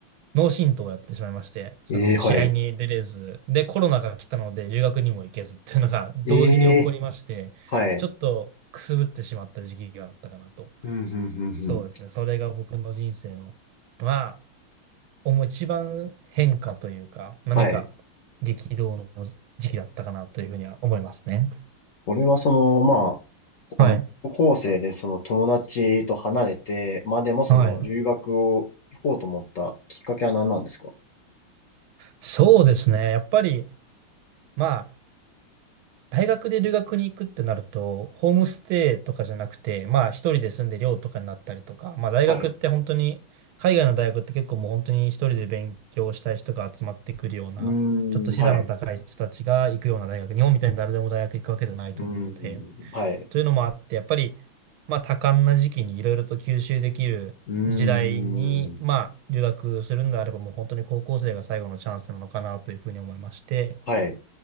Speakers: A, on the right (about 80°); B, on the left (about 60°).
A: 脳震盪をやってしまいまして、その試合に出れず、
B: ええはい。
A: で、コロナが来たので留学にも行けずっていうのが同時に起こりまして、
B: ええはい。
A: ちょっとくすぶってしまった時期があったかなと。
B: うん、うん、う
A: そうですね。
B: ん、うん。
A: それが僕の人生の、まあ、思う一番変化というか、何か
B: はい。
A: 激動の時期だったかなというふうには思いますね。
B: 俺はその、ま
A: はい。
B: あ、あの、高校生でその友達と離れて、まあでもその留学を行こうと思ったきっかけは何なんですか
A: はい。そうですね。やっぱり、まあ、大学で留学に行くってなると、ホームステイとかじゃなくて、まあ、一人で住んで寮とかになったりとか、まあ、大学って本当に、
B: はい。う
A: 海外の大学って結構もう本当に一人で勉強したい人が集まってくるような、
B: ーん、
A: ちょっと資産の高い人たちが行くような大学、
B: はい。う
A: 日本みたいに誰でも大学行くわけじゃないと思うので、
B: ーん、はい。
A: というのもあって、やっぱり、まあ、多感な時期にいろいろと吸収できる時代に、
B: うーん、
A: まあ、留学するんであれば、もう本当に高校生が最後のチャンスなのかなというふうに思いまして、
B: はい。